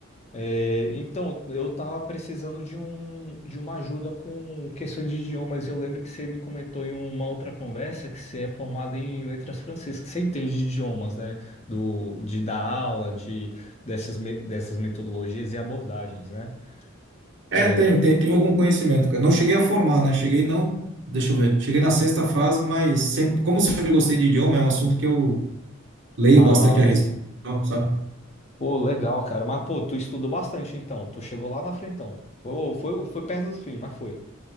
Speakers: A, on the left; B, on the right.
A: É, então, eu tava precisando de um, de uma ajuda com questões de idiomas. Eu lembro que você me comentou em uma outra conversa que você é formado em letras francesas, que você entende de idiomas, né? Do, de dar aula, de, dessas, me- dessas metodologias e abordagens, né?
B: É,
A: É,
B: tenho, tenho, tenho algum conhecimento, cara. Não cheguei a formar, né? Cheguei não, deixa eu ver. Cheguei na sexta fase, mas sempre, como sempre gostei de idioma, é um assunto que eu leio
A: ah,
B: bastante a respeito,
A: sim.
B: e tal, sabe?
A: Pô, legal, cara. Mas, pô, tu estudou bastante, então. Tu chegou lá na frentão. Foi, foi, foi perto do fim, mas foi.